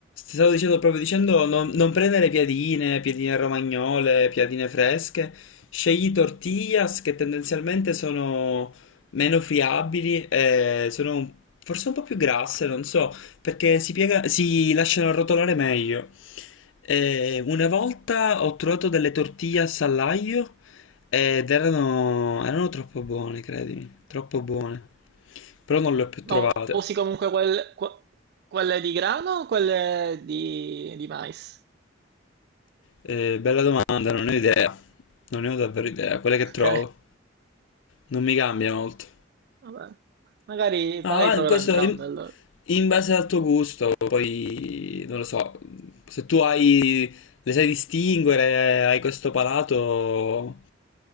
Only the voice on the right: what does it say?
Ma usi comunque quel- que- quelle di grano o quelle di, di mais?
Ok,
vabbè. Magari,
magari
proverò
entrambe
allora.